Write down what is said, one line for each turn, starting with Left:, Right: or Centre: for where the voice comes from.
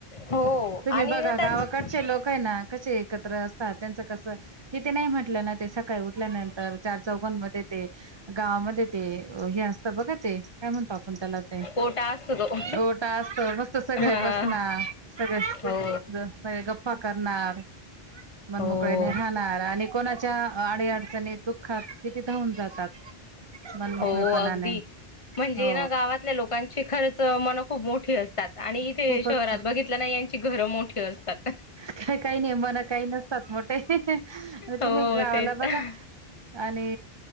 Left: हो
Right: तुम्ही
Left: आणि
Right: बघा
Left: ना त्यां
Right: गावाकडचे लोक हे ना कसे एकत्र असतात त्यांचं कस किती नाही म्हटलं ना ते सकाळी उठल्यानंतर चार चौघांमध्ये ते गावामध्ये ते हे असतं बघा ते. काय म्हणतो आपण त्याला ते,
Left: कोटा असतो तो
Right: ओटा असतो मस्त सगळे
Left: हा
Right: बसनार. सगळे
Left: हो
Right: जण सगळे गप्पा करणार मन
Left: हो
Right: मोकळे ने राह -णार आणि कोणाच्या अडी - अडचणीत दुःखात किती धाऊून जातात. मनमोकळेपणाने
Left: हो अगदी म्हणजे
Right: हो
Left: ना गावात तिथल्या लोकांची खरच मन खूप मोठी असतात आणि इथे
Right: खूपच
Left: शहरात बघित तल ना यांची घरं मोठीे असतात.
Right: काही काही ने मन काही नसतात मोठे तुम्ही
Left: हो
Right: गावाला
Left: तेच
Right: बघा आणि